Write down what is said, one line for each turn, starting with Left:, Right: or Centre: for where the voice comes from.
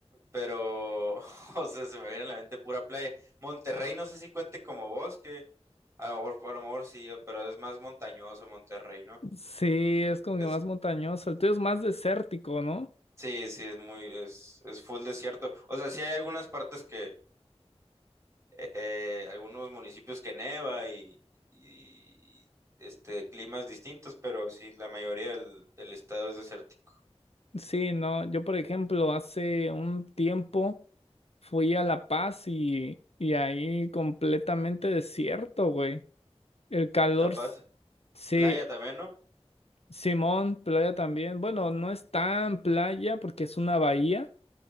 Right: pero, <laughs> o sea, se me viene a la mente pura playa. Monterrey, no sé si cuente como bosque, a lo mejor, a lo mejor sí, pero es más montañoso Monterrey, ¿no?
Left: Sí, es como que
Right: Es,
Left: más montañoso. El tuyo es más desértico, ¿no?
Right: sí, sí, es muy, es, es full desierto. O sea, sí hay algunas partes que, eh, algunos municipios que neva y, y, este, climas distintos, pero sí, la mayoría del, del estado es desértico.
Left: Sí, no. Yo, por ejemplo, hace un tiempo fui a La Paz y, y ahí completamente desierto, güey. El calor,
Right: La Paz,
Left: s- sí,
Right: playa también, ¿no?
Left: Simón, playa también. Bueno, no es tan playa porque es una bahía,